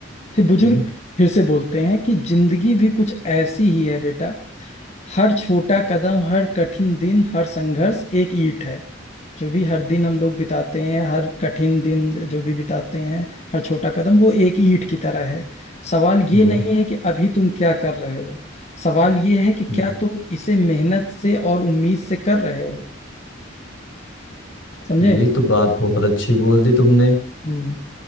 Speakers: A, on the left (about 35°); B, on the left (about 75°).
A: फिर बुजुर्ग
B: हम्म
A: फिर से बोलते हैं कि जिंदगी भी कुछ ऐसी ही है बेटा हर छोटा कदम हर कठिन दिन हर संघर्ष एक ईंट है जो भी हर दिन हम लोग बिताते हैं हर कठिन दिन जो भी बिताते हैं हर छोटा कदम वो एक ईंट की तरह है सवाल ये
B: हम्म
A: नहीं
B: हम्म।
A: है कि अभी तुम क्या कर रहे हो सवाल ये है कि क्या
B: हम्म।
A: तुम इसे मेहनत से और उम्मीद से कर रहे हो समझे
B: ये तो बात बहुत अच्छी बोल दी तुमने
A: हम्म